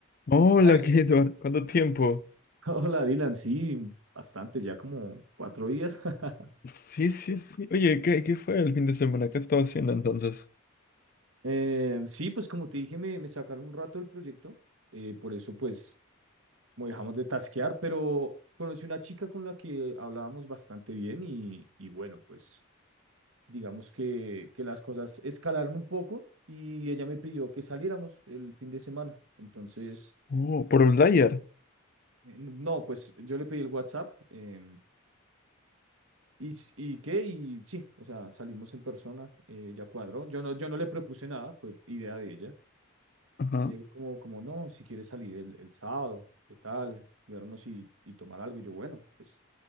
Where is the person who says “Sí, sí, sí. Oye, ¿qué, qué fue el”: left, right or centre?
Left